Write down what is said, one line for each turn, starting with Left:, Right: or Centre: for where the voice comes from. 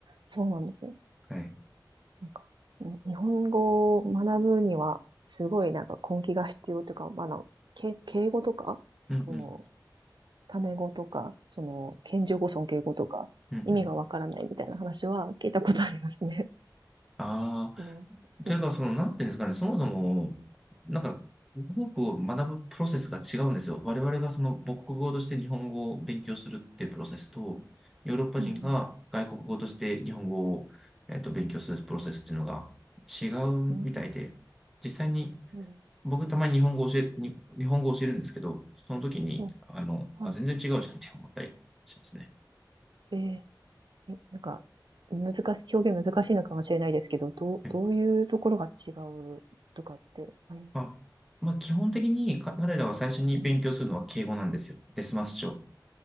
Right: そうなんですね。
Centre: はい。
Right: なんか、うん日本語を学ぶには、すごいなんか根気が必要というか、まあ、あの、け敬語とか、
Centre: うんうん。
Right: その、タメ語とか、その、謙譲語、尊敬語とか、
Centre: うんうん。
Right: 意味がわからないみたいな話は聞いたことありますね。
Centre: ああ、
Right: <laughs> その、うん
Centre: というか、その、なんていうんですかね、そもそも、なんか、母国を学ぶプロセスが違うんですよ。我々がその母国語として日本語を勉強するっていうプロセスと、ヨーロッパ人が外国語として日本語を、
Right: うん
Centre: えっと、勉強するプロセスっていうのが違うみたいで、
Right: うん。
Centre: 実際に
Right: うん、
Centre: 僕たまに日本語教え、に日本語教えるんですけど、その時に、
Right: うん、
Centre: あの、
Right: はい。
Centre: あ、全然違うじゃんって思ったりしますね。
Right: えーえ、なんか、難しい、表現難しいのかもしれないですけど、どう、
Centre: はい。
Right: どういうところが違うとかってあります
Centre: まあ、まあ、基本的に彼らは最初に勉強するのは敬語なんですよ。デスマス帳。